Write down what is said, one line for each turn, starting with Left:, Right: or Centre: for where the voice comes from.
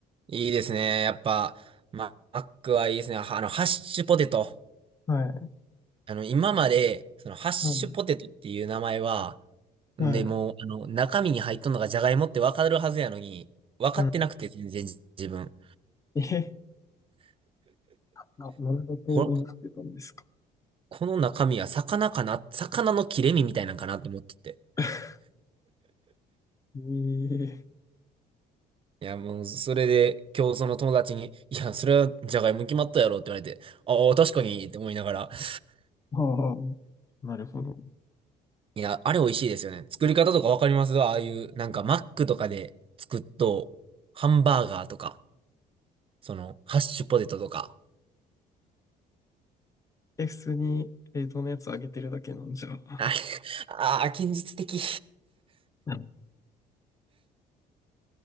Right: いいですね。やっぱ、ママックはいいですね。はあの、ハッシュポテト。
Left: はい。
Right: あの、今まで、その、ハッシュポテトっていう名前は、
Left: はい。
Right: で、
Left: はい。
Right: もう、あの、中身に入っとんのがジャガイモってわかるはずやのに、分かってなくて、
Left: うん。
Right: 全然自分。
Left: え、な、なんだと思ってたんですか。
Right: ここの中身は魚かな、魚の切れ身みたいなんかなって思ってて。
Left: <laughs> ええ
Right: いや、もう、それで、今日その友達に、いや、それはじゃがいも決まったやろって言われて、ああ、確かにって思いながら。<laughs>
Left: ああ、なるほど。
Right: いや、あれ美味しいですよね。作り方とかわかりますああいう、なんかマックとかで作っと、ハンバーガーとか、その、ハッシュポテトとか。
Left: え、普通に冷凍のやつあげてるだけなんじゃ。う
Right: あれ、ああ、現実的。い
Left: ん